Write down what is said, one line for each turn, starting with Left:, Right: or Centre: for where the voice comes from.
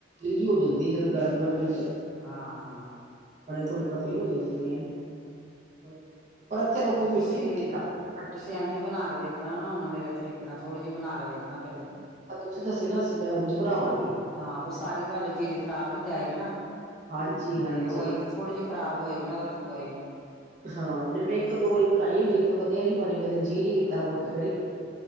Right: ਹੋ ਜਾਂਦੀ ਹੈ, ਜਦੋਂ ਗਰਮ- ਗਰਮ'ਚ
Centre: ਹਾਂ -ਹਾਂ।
Right: ਥੋੜੀ ਪਤਲੀ ਹੋ ਜਾਂਦੀ ਹੈ। ਪਰ, ਇੱਥੇ ਲੋਕ ਮਿੱਠੀ
Centre: ਤੁਸੀਂ
Right: -ਮਿੰਠੀ ਖਾਂਦੇ ਆ।
Centre: ਤੁਸੀਂ ਐਂਜ ਬਣਾ ਕੇ ਦੇਖਣਾ ਨਾ ਹੁਣ, ਮੇਰੇ ਤਰੀਕੇ ਨਾਲ ਥੋੜੀ ਜਿਹੀ ਬਣਾ ਕੇ ਦੇਖਣਾ, ਪਹਿਲੇ
Right: ਤੁਸੀਂ ਦੱਸੇ ਨਾ ਅਸੀਂ ਮੈਂ ਉੰਝ ਬਣਾਵਾਂਗੀ
Centre: ਹਾਂ। ਫੇਰ ਸਾਰੀ ਤੁਹਾਡੀੇ ਚੀਜ਼ ਖ਼ਰਾਬ ਨੀਯ ਜਾਏਗੀ ਨਾ।
Right: ਹਾਂਜੀ -ਹਾਂਜੀ।
Centre: ਤੇ ਹੋਏਗੀ ਥੋੜ੍ਹੀ ਜਿਹੀ ਖ਼ਰਾਬ ਹੋਏਗੀ ਨਾ, ਉਹਦਾ ਤੇ ਕੋਈ ਨੀ।
Right: ਹਾਂ। ਮੈਂ ਇੱਕ- ਵਰੀ ਬਣਾਈ, ਮੇਰੀ ਤੇ ਵਧੀਆ ਨੀ ਬਣੀ ਮੈਂ ਜੀਅ ਨੀ ਕੀਤਾ
Centre: ਹਾਂ
Right: ਮੁੜ ਕੇ ਕੜੀ